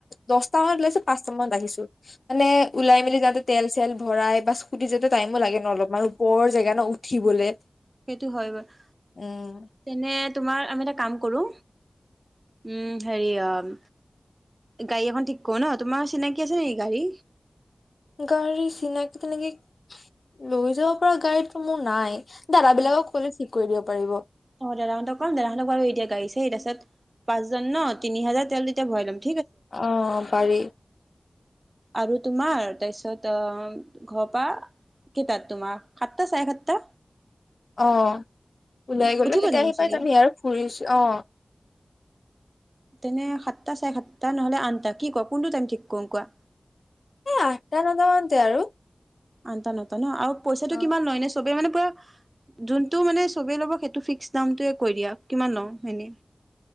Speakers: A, on the left; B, on the right.
A: দহটা মানত ওলাইছো পাঁচটা মানত আহিছো। মানে ওলাই মিলি যাওঁতে তেল চেল। ভৰাই বা স্কুটি যিহেতু টাইমো লাগে ন অলপমান ওপৰৰ জেগা ন উঠিবলৈ।
B: সেইটো হয় বাৰু।
A: উম্।
B: তেনে তোমাৰ আমি এটা কাম কৰো, উম হেৰি অ' গাড়ী এখন ঠিক কৰো ন তোমাৰ চিনাকি আছে নেকি গাড়ী?
A: গাড়ী চিনাকি তেনেকে, লৈ যাব পৰা গাড়ীটো মোৰ নাই। দাদা বিলাকক ক'লে ঠিক কৰি দিব পাৰিব
B: আহ দাদাহঁতক কম দাদাহঁতক আৰু এতিয়া এৰি দিয়া গাড়ী চাৰি তাৰপিছত- পাঁচজন ন তিনি হাজাৰ তেল তেতিয়া ভৰাই ল'ম ।
A: অ পাৰি
B: আৰু তোমাৰ তাৰপিছত আহ ঘৰৰ পৰা‌ কেইটাত তোমাৰ সাতটা চাৰে সাতটা।
A: অ ওলাই গলো
B: উঠিব
A: তেতিয়া
B: জানো
A: আহি
B: চবে
A: পাই যামি আৰু ফুৰিছো অ
B: তেনে সাতটা চাৰে সাতটা নহলে আঠটা কি কয় কোনটো টাইম ঠিক কৰো কোৱা।
A: এ আঠটা নটা মানতে আৰু
B: আঠটা নটা ন আৰু - পইচাটো
A: অ
B: কিমান লয় নে চবে মানে- পৰা যোনটো মানে চবে ল'ব বিচাৰে সেইটো ফিকচ দাম টোৱে কৰি দিয়ে কিমান দাম নো এনেই?